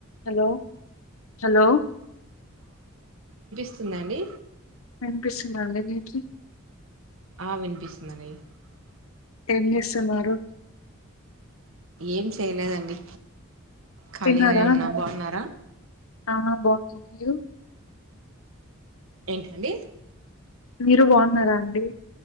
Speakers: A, on the left; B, on the right.
A: Hello hello
B: స్తుందా అండి.
A: విపిస్తుందా అండి మీకి
B: ఆ <unintelligible>
A: ఏం జేస్తున్నారు.
B: ఏం చేయలేదండి. ఖాళీగానే
A: తిన్నారా
B: ఉన్నా బాగున్నారా
A: ఆ బాగుంన్నాం మీరు
B: ఏంటండి
A: మీరు బాగున్నారా అండి